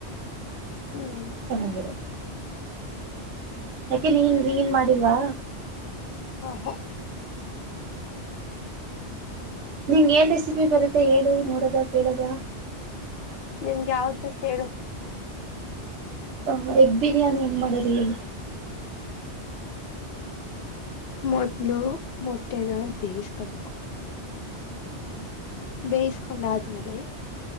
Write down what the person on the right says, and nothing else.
ಅಲ್ಲ
ಅು ಚೆನ್ನಾಗಿರುತ್ತೆ ಹ್ಮ ಯಾಕೆ ನೀನ್ ನೀನ್ ಮಾಡಿಲ್ವಾ
ಹ್ಮ ನಿಂಗ ಏನ್ ರೆಸಿಪಿ ಬರುತ್ತೆ ಹೇಳು ನೋಡದ ಕೇಳದ
ಹ ಎಗ್ ಬಿರಿಯಾನಿ ಹೆಂಗ್ ಮಾಡೋದು ಹೇಳ
ಹ್ಮ್